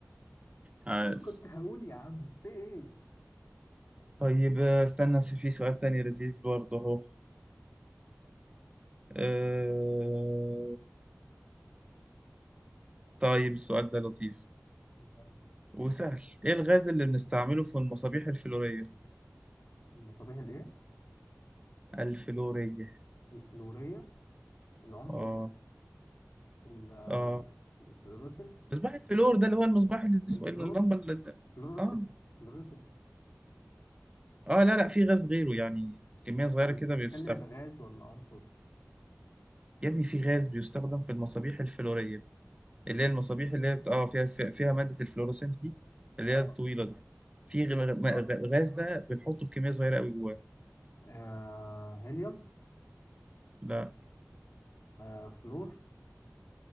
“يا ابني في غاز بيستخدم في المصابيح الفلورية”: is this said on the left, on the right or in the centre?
Right